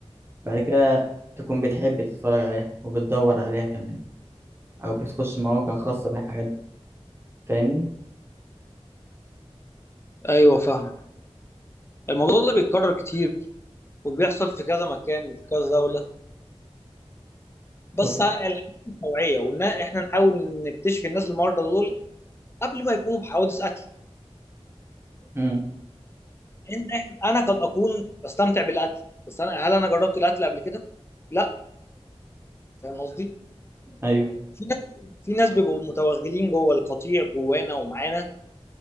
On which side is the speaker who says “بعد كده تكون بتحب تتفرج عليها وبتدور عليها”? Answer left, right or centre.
Right